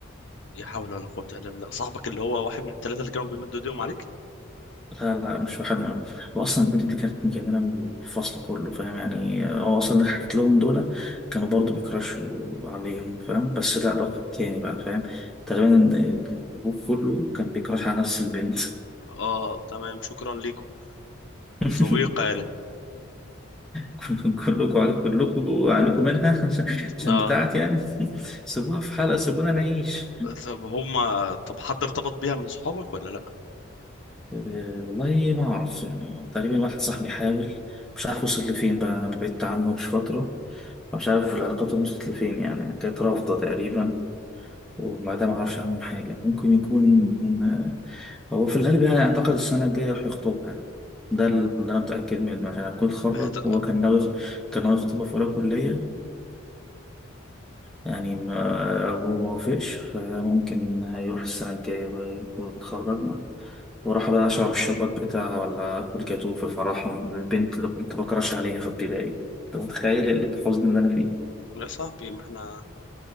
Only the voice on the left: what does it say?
لا حول ولا قوه الا بالله صاحبك اللي هو واحد من الثلاثه اللي كانوا بيمدوا ايديهم عليك
اه تمام شكرا ليكم
ذوي قالة
اه
طب هما طب حد ارتبط بيها من صحابك ولا لا
هت...
يا صاحبي ما احنا